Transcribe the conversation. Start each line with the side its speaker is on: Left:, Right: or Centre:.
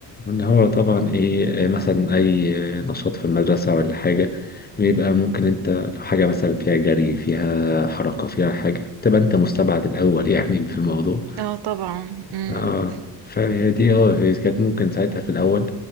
Left: وإن هو طبعا إيه آه، مثلا أي آه، نشاط في المدرسة ولا حاجة بيبقى ممكن أنت لو حاجة مثلا فيها جري فيها حركة فيها حاجة تبقى أنت مستبعد الأول <laughs> يعني في الموضوع
Right: اه طبعا مم.
Left: آه فهي دي اه هي كانت ممكن ساعتها في الأول